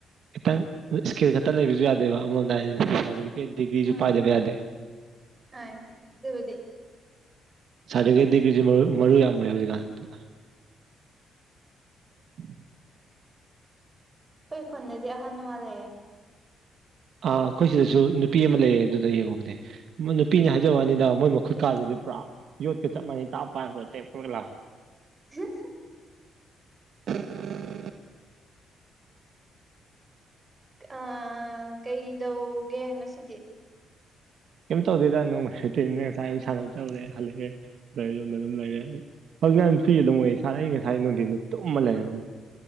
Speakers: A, on the right; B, on the right.
A: ꯈꯤꯇꯪ ꯏꯁꯀꯤꯜ ꯈꯛꯇ ꯂꯩꯕꯁꯨ ꯌꯥꯗꯦꯕ ꯑꯃꯔꯣꯝꯗ ꯍꯥꯌꯔꯗꯤ ꯁꯔꯇꯤꯐꯤꯒꯦꯠ ꯗꯤꯒ꯭ꯔꯤꯁꯨꯨ
B: ꯎꯝ
A: ꯄꯥꯏꯗꯕ ꯌꯥꯗꯦ
B: ꯍꯥꯏ ꯑꯗꯨꯕꯨꯗꯤ
A: ꯁꯥꯔꯗꯤꯐꯤꯒꯦꯠ ꯗꯤꯒ꯭ꯔꯤꯁꯨ ꯃꯔꯨ ꯌꯥꯝ ꯑꯣꯏ ꯍꯧꯖꯤꯛꯀꯥꯟꯗꯨꯗ <unintelligible> <inaudible>
B: ꯐꯣꯟꯅꯗꯤ ꯑꯍꯥꯟ ꯃꯥꯂꯦꯌꯦ
A: ꯑꯩꯈꯣꯏ ꯁꯤꯗꯁꯨ ꯅꯨꯄꯤ ꯑꯃ ꯂꯩꯌꯦ ꯑꯗꯨꯗ ꯌꯦꯡꯉꯨꯕꯅꯦ ꯅꯨꯄꯤꯅꯤ ꯍꯥꯏꯖꯕꯅꯤꯗ ꯃꯣꯏ ꯃꯈꯨꯠ ꯀꯥꯗꯨꯗꯤ ꯄꯨꯔꯥ ꯌꯣꯠꯀ ꯆꯞ ꯃꯥꯟꯅꯩ ꯇꯥꯞ ꯄꯥꯏꯔꯛꯄ ꯇꯦꯛꯄꯒ ꯌꯥꯎꯏ
B: <unintelligible>
A: <unintelligible>
B: ꯑ ꯀꯩꯗꯧꯒꯦ ꯉꯁꯤꯗꯤ
A: ꯀꯩꯝ ꯇꯧꯗꯦꯗ ꯅꯣꯡ ꯁꯤꯇꯤꯟꯅꯦ ꯉꯁꯥꯏ ꯑꯌꯨꯛ ꯁꯥꯟꯅꯕ ꯆꯠꯂꯨꯔꯦ ꯍꯜꯂꯛꯑꯦ ꯑꯗꯨꯗ ꯌꯨꯝꯗ ꯑꯗꯨꯝ ꯂꯩꯔꯦ ꯑꯩ ꯍꯧꯖꯤꯛꯀꯥꯟ ꯐ꯭ꯔꯤ ꯑꯗꯨꯝ ꯑꯣꯏ ꯁꯥꯥꯟꯅ ꯑꯩ ꯉꯁꯥꯏ ꯅꯨꯡꯊꯤꯟꯗ ꯇꯨꯝꯃ ꯂꯩꯔꯝꯃꯦ